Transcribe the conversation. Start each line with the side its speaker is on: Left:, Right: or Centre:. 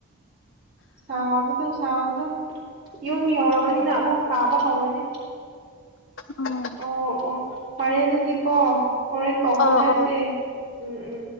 Right: ꯁꯥꯕꯗꯣ ꯁꯥꯕꯗꯣ ꯌꯨꯝ ꯌꯧꯔꯕꯅꯤꯅ ꯑꯃꯨꯛ ꯁꯥꯕ ꯍꯧꯔꯅꯤ
Left: ꯎꯝ
Right: ꯑꯣ ꯑꯣ ꯐꯔꯦ ꯑꯗꯨꯗꯤ ꯀꯣ ꯍꯣꯔꯦꯟꯦꯟ ꯄꯥꯎ ꯐꯅꯁꯦ
Left: ꯑꯣ ꯑꯣ
Right: ꯎꯝ ꯎꯝ